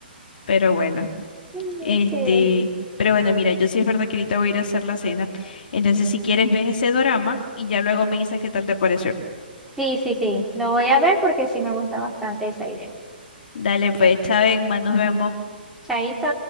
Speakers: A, on the left (about 55°); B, in the centre.
A: Pero bueno,
B: Mm,
A: este,
B: Sí,
A: pero bueno, mira, yo sí es verdad que ahorita voy a ir a hacer la cena. Entonces, si quieres, ves ese drama y ya luego me dices qué tal te pareció.
B: sí, sí, sí, lo voy a ver porque sí me gusta bastante esa idea.
A: Dale, pues, Chávez, más nos vemos.
B: Chaito.